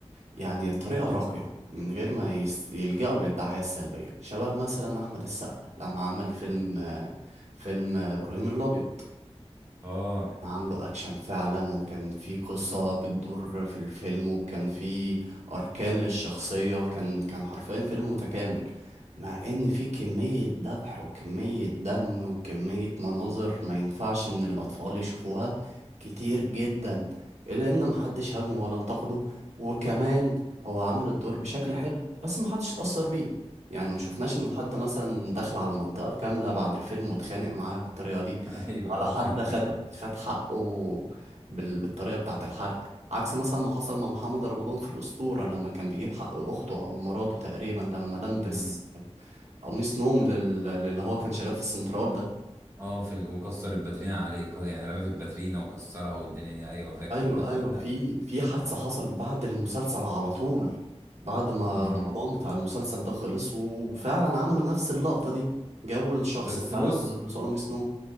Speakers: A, on the right; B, on the right.
A: يعني طريقة راقية من غير ما يس- يلجأوا للدعاية السلبية شبه مثلا أحمد السقا لما عمل فيلم آه، فيلم آه، إبراهيم الأبيض
B: اه
A: عامله اكشن فعلا وكان في قصة بتدور في الفيلم وكان في اركان للشخصية كان كان حرفيا فيلم متكامل مع ان في كمية ذبح وكمية دم وكمية مناظر ما ينفعش ان الاطفال يشوفوها كتير جدا الا ان محدش هاجمه ولا انتقده وكمان هو عامل الدور بشكل حلو بس محدش اتأثر بيه يعني ما شفناش ان حد مثلا دخل على منطقة كاملة بعد الفيلم واتخانق معاها بالطريقة دي
B: <laughs> ايوه
A: ولا
B: ايوه
A: حد
B: فاهمك
A: خد
B: اه
A: خد حقه بال... بالطريقة بتاعة الحرق عكس مثلا ما حصل مع محمد رمضان في الأسطورة لما كان بيجيب حق أخته أو مراته تقريبا لما لبس
B: امم
A: قميص نوم لل... للي هو كان شغال في السنترال ده
B: اه في ال... وكسر الباترينا عليه يعني رمى في الباترينا وكسرها والدنيا دي ايوه فاكر
A: أيوة
B: المشهد
A: أيوة
B: ده
A: في في حادثة حصلت بعد المسلسل على طول بعد ما
B: امم
A: رمضان بتاع المسلسل ده خلص وفعلا عملوا نفس اللقطة دي جابوا الشخص
B: بس
A: فعلا
B: بص
A: ولبسوه قميص نوم